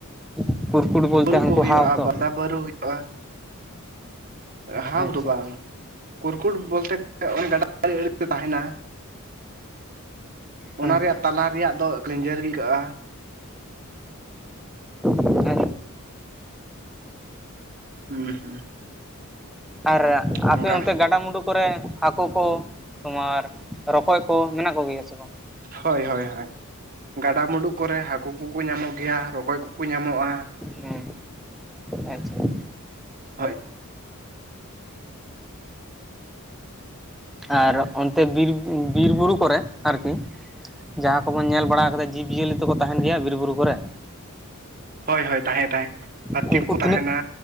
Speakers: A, in the centre; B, on the right.
A: <unintelligible>
B: ᱩᱩᱞ ᱠᱚ ᱦᱩᱭᱩᱜᱼᱟ
A: ᱦᱟᱣ ᱛᱚ
B: ᱵᱟᱸᱫᱟ ᱵᱟᱹᱨᱩ ᱦᱩᱭᱩᱜᱼᱟ ᱦᱟᱣ
A: ᱟᱪᱪᱷᱟ
B: ᱫᱚ ᱵᱟᱝ ᱠᱩᱨᱠᱩᱴ ᱵᱚᱞᱛᱮ ᱚᱱᱮ ᱜᱟᱰᱟ ᱟᱲᱮ ᱟᱲᱮᱛᱮ ᱛᱟᱦᱮᱱᱟ
A: ᱦᱮᱸ
B: ᱚᱱᱟ ᱨᱮᱭᱟᱜ ᱛᱟᱞᱟ ᱨᱮᱭᱟᱜ ᱫᱚ ᱞᱮᱸᱡᱮᱨ ᱜᱮ ᱟᱹᱭᱠᱟᱹᱜᱼᱟ
A: ᱟᱪᱪᱷᱟ
B: ᱦᱩᱸ ᱦᱩᱸ
A: ᱟᱨ ᱟᱯᱮ
B: ᱚᱱᱠᱟ
A: ᱚᱱᱛᱮ ᱜᱟᱰᱟ ᱢᱩᱸᱰᱩ ᱠᱚᱨᱮ ᱦᱟᱹᱠᱩ ᱠᱚ ᱛᱳᱢᱟᱨ ᱨᱚᱠᱚᱡ ᱠᱚ ᱢᱮᱱᱟᱜ ᱠᱚᱜᱮᱭᱟ ᱥᱮ ᱵᱟᱝ
B: ᱦᱳᱭ ᱦᱳᱭ ᱦᱳᱭ ᱜᱟᱰᱟ ᱢᱩᱸᱰᱩ ᱠᱚᱨᱮ ᱦᱟᱹᱠᱩ ᱠᱩᱠᱩ ᱧᱟᱢᱚᱜ ᱜᱮᱭᱟ ᱨᱚᱠᱚᱡ ᱠᱚᱠᱚ ᱧᱟᱢᱚᱜᱼᱟ
A: ᱦᱮᱸ ᱟᱪᱪᱷᱟ
B: ᱦᱳᱭ
A: ᱟᱨ ᱚᱱᱛᱮ ᱵᱤᱨ ᱵᱤᱨᱵᱩᱨᱩ ᱠᱚᱨᱮᱫ ᱟᱨᱠᱤ ᱡᱟᱦᱟᱸ ᱠᱚᱵᱚᱱ ᱧᱮᱞ ᱵᱟᱲᱟ ᱠᱟᱫᱟ ᱡᱤᱵᱽᱼ ᱡᱤᱭᱟᱹᱞᱤ ᱫᱚᱠᱚ ᱛᱟᱦᱮᱱ ᱜᱮᱭᱟ ᱵᱤᱨ ᱵᱩᱨᱩ ᱠᱚᱨᱮ
B: ᱦᱳᱭ ᱦᱳᱭ ᱛᱟᱦᱮᱸ ᱛᱟᱦᱮᱸ ᱦᱟᱹᱛᱤ
A: ᱩᱱᱠᱩ
B: ᱠᱚᱠᱚ ᱛᱟᱦᱮᱱᱟ
A: ᱛᱤᱱᱟᱹᱜ